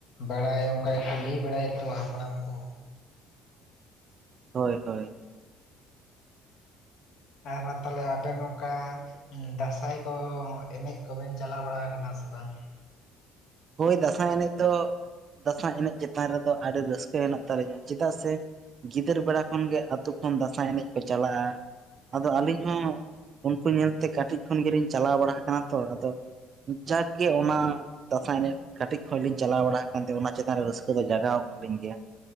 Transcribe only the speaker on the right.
ᱦᱳᱭ ᱦᱳᱭ
ᱦᱳᱭ ᱫᱟᱸᱥᱟᱭ ᱮᱱᱮᱡ ᱫᱚ, ᱫᱟᱸᱥᱟᱭ ᱮᱱᱮᱡ ᱪᱮᱛᱟᱱ ᱨᱮᱫᱚ ᱟᱹᱰᱤ ᱨᱟᱹᱥᱠᱟᱹ ᱦᱮᱱᱟᱜ ᱛᱟᱹᱞᱤᱧᱟ᱾ ᱪᱮᱫᱟᱜ ᱥᱮ ᱜᱤᱫᱟᱹᱨ ᱵᱮᱲᱟ ᱠᱷᱚᱱ ᱜᱮ ᱟᱛᱳ ᱠᱷᱚᱱ ᱫᱟᱸᱥᱟᱭ ᱮᱱᱮᱡ ᱠᱚ ᱪᱟᱞᱟᱜᱼᱟ᱾ ᱟᱫᱚ ᱟᱹᱞᱤᱧ ᱦᱚᱸ ᱩᱱᱠᱩ ᱧᱮᱞᱛᱮ ᱠᱟᱹᱴᱤᱡ ᱠᱷᱚᱱ ᱜᱮᱞᱤᱧ ᱪᱟᱞᱟᱣ ᱵᱟᱲᱟ ᱠᱟᱱᱟ ᱛᱚ, ᱟᱫᱚ ᱡᱟᱜ ᱜᱮ ᱚᱱᱟ ᱫᱟᱸᱥᱟᱭ ᱮᱱᱮᱡ ᱠᱟᱹᱴᱤᱡ ᱠᱷᱚᱡ ᱞᱤᱧ ᱪᱟᱞᱟᱣ ᱵᱟᱲᱟ ᱠᱟᱱ ᱛᱮ, ᱚᱱᱟ ᱪᱮᱛᱟᱱ ᱨᱮ ᱨᱟᱹᱥᱠᱟᱹ ᱫᱚ ᱡᱟᱜᱟᱣ ᱠᱟᱫ ᱞᱤᱧ ᱜᱮᱭᱟ᱾